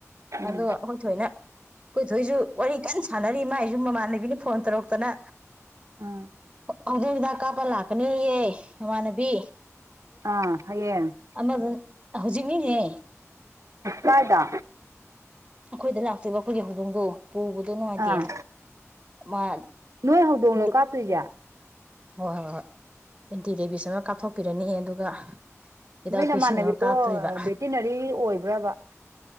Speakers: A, on the right; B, on the right.
A: ꯎꯝ
B: ꯑꯗꯨꯒ ꯑꯈꯣꯏ ꯑꯩꯣꯏ ꯊꯣꯏꯅ ꯑꯩꯈꯣꯏꯊꯣꯏꯁꯨ ꯋꯥꯔꯤ ꯀꯟꯅ ꯁꯥꯟꯅꯔꯤ ꯃꯥꯏꯁꯨ ꯃꯃꯥꯟꯅꯕꯤꯅ ꯐꯣꯟ ꯇꯧꯔꯛꯇꯅ
A: ꯎꯝ
B: ꯍꯧꯖꯤꯛ ꯍꯤꯗꯥꯛ ꯀꯥꯞꯄ ꯂꯥꯛꯀꯅꯤꯌꯦ ꯏꯃꯥꯟꯅꯕꯤ
A: ꯑꯥ ꯍꯌꯦ
B: ꯑꯃꯗ ꯍꯧꯖꯤꯛꯅꯤꯅꯦ
A: ꯀꯥꯏꯗꯥ
B: ꯑꯩꯈꯣꯏꯗ ꯂꯥꯛꯇꯣꯏꯕ ꯑꯈꯣꯏꯒꯤ ꯍꯧꯗꯣꯡꯗꯣ ꯄꯨꯕꯗꯣ ꯅꯨꯉꯥꯏꯇꯦꯅ
A: ꯑꯥ
B: ꯃꯥ
A: ꯅꯣꯏ ꯍꯧꯗꯣꯡꯂꯣ ꯀꯥꯞꯇꯣꯏꯁꯦ
B: <unintelligible> ꯍꯣꯏ ꯍꯣꯏ ꯍꯣꯏ ꯍꯣꯏ ꯑꯦꯟꯇꯤ ꯔꯦꯕꯤꯁ ꯑꯃ ꯀꯥꯞꯊꯣꯛꯄꯤꯔꯅꯤ ꯑꯗꯨꯒ ꯍꯤꯗꯥꯛ
A: ꯅꯣꯏ ꯅꯃꯥꯟꯅꯕꯤꯗꯣ
B: ꯚꯦꯛꯁꯤꯟ ꯑꯃ ꯀꯥꯞꯇꯣꯔꯤꯕ
A: ꯚꯦꯇꯤꯅꯔꯤ ꯑꯣꯏꯕ꯭ꯔꯕ